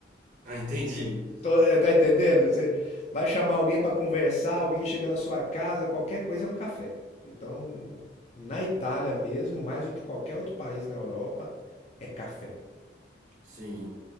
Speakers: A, on the right (about 45°); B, on the left (about 40°).
A: Ah, entendi.
B: Que- tô- é, tá entendendo? Você vai chamar alguém para conversar, alguém chega na sua casa, qualquer coisa é um café. Então, na Itália mesmo, mais do que qualquer outro país na Europa, é café.
A: Sim,